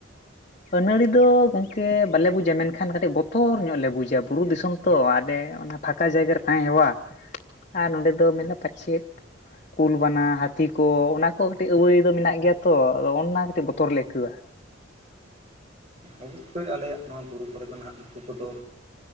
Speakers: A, on the left (about 40°); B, on the right (about 30°).
A: ᱟᱱᱟᱹᱲᱤ ᱫᱚ, ᱫᱚ ᱜᱚᱝᱠᱮ ᱵᱟᱞᱮ ᱵᱩᱡᱟ ᱢᱮᱱᱠᱷᱟᱱ ᱠᱟᱹᱴᱤᱡ ᱵᱚᱛᱚᱨ ᱧᱚᱜ ᱞᱮ ᱵᱩᱡᱟ ᱵᱩᱨᱩ ᱫᱤᱥᱚᱢ ᱛᱚ ᱟᱞᱮ, ᱚᱱᱟ ᱯᱷᱟᱸᱠᱟ ᱡᱟᱭᱜᱟ ᱨᱮ ᱛᱟᱦᱮᱸ ᱦᱮᱣᱼᱟ ᱟᱨ ᱱᱚᱸᱰᱮ ᱫᱚ ᱢᱮᱱᱟ ᱯᱟᱪᱮᱜ, ᱠᱩᱞ ᱵᱟᱱᱟ ᱦᱟᱹᱛᱤ ᱠᱚ ᱚᱱᱟ ᱠᱚ ᱠᱟᱹᱴᱤᱡ ᱟᱹᱣᱟᱹᱭ ᱫᱚ ᱢᱮᱱᱟᱜ ᱜᱮᱭᱟ ᱛᱚ ᱟᱫᱚ ᱚᱱᱟ ᱠᱟᱹᱴᱤᱡ ᱵᱚᱛᱚᱨ᱾ ᱵᱚᱛᱚᱨ ᱞᱮ ᱟᱹᱭᱠᱟᱹᱣᱟ᱾
B: ᱚᱵᱚᱥᱥᱳᱭ ᱟᱞᱮ ᱭᱟᱜ ᱱᱚᱣᱟ ᱵᱩᱨᱩ ᱠᱚᱨᱮ ᱫᱚ ᱦᱟᱸᱜ ᱩᱱᱠᱩ ᱠᱚᱫᱚ᱾